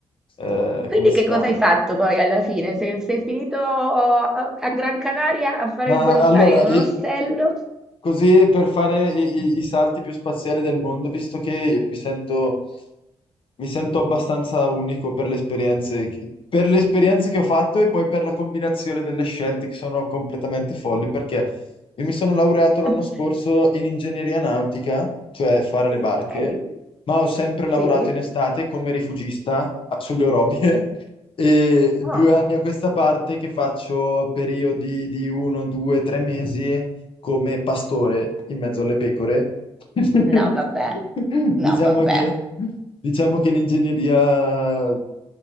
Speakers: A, on the left; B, in the centre.
A: eh,
B: quindi
A: come si
B: che
A: chiama?
B: cosa hai fatto poi alla fine? Sei, sei finito a, a Gran Canaria a fare
A: Ma
B: il volontario
A: allora,
B: in
A: i-
B: un ostello?
A: così per fare i, i- i salti più spaziali del mondo, visto che mi sento, mi sento abbastanza unico per le esperienze, che- per le esperienze che ho fatto e poi per la combinazione delle scelte che sono completamente folli, perché io mi sono laureato l'anno
B: <laughs>
A: scorso in ingegneria nautica, cioè fare le barche,
B: Ok,
A: ma ho sempre lavorato
B: sì.
A: in estate come rifugista ah, sulle orobie. E due
B: Ah.
A: anni a questa parte che faccio periodi di uno, due, tre mesi come pastore in mezzo alle pecore. <laughs>
B: No, vabbè.
A: Diciamo
B: No, vabbè.
A: che, diciamo che l'ingegneria